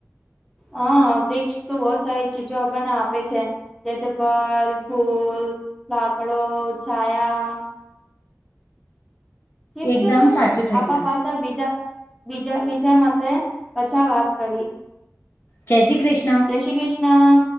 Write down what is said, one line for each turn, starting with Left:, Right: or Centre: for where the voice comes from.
Centre: હા વ્રિક્ષ તો બહુ સારી ચીજો આપણને આપે છે. જૈસે ફલ, ફૂલ, લાકડો, છાયા. ઠીક
Left: એકદમ
Centre: છે બેન
Left: સાચું થયું
Centre: આપા પાછા બીજા બીજા વિજય મતે પછા વાત કરી.
Left: જય શ્રી ક્રિસ
Centre: જય શ્રી કૃષ્ણા.